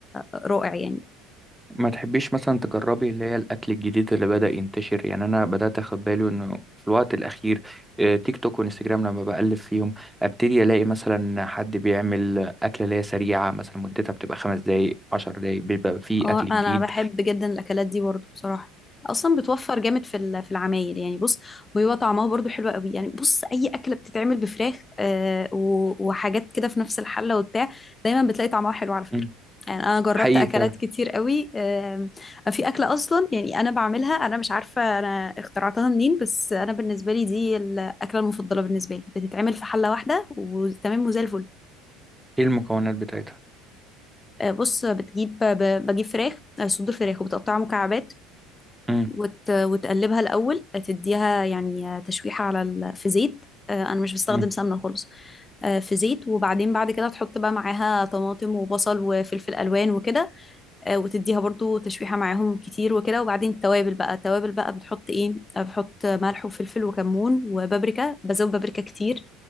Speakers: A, on the left; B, in the centre.
A: رائع يعني
B: ما تحبيش مثلا تجربي اللي هي الاكل الجديد اللي بدأ ينتشر يعني انا بدأت اخد بالي انه في الوقت الاخير آه، تيك توك وانستجرام لما بقلب فيهم ابتدي الاقي مثلا حد بيعمل اكله اللي هي سريعه مثلا مدتها بتبقى خمس دقايق عشر دقايق بيبقى فيه
A: اه
B: اكل جديد
A: انا بحب جدا الاكلات دي برضو بصراحه اصلا بتوفر جامد في ال- في العمايل يعني بص وبيبقى طعمها برضو حلو قوي يعني بص اي اكله بتتعمل بفراخ آه و- وحاجات كده في نفس الحله وبتاع دايما بتلاقي طعمها حلو على فكره
B: مم.
A: يعني انا جربت
B: حقيقي
A: اكلات
B: فعلا
A: كتير قوي آه في اكله اصلا يعني انا بعملها انا مش عارفه انا اخترعتها منين بس انا بالنسبه لي دي الاكله المفضله بالنسبه لي بتتعمل في حله واحده وتمام وزي الفل
B: ايه المكونات بتاعتها
A: آه، بص بتجيب ب- بجيب فراخ آه، صدور فراخ وبتقطعها مكعبات
B: مم.
A: وت... وتقلبها الأول تديها يعني تشويحة على ال... في زيت آه، أنا مش بستخدم
B: مم.
A: سمنة خالص آه، في زيت وبعدين بعد كده تحط بقى معاها طماطم وبصل وفلفل ألوان وكده آه، وتديها برضو تشويحة معاهم كتير وكده وبعدين التوابل بقى التوابل بقى بتحط إيه آه، بتحط ملح وفلفل وكمون وبابريكا بزود بابريكا كتير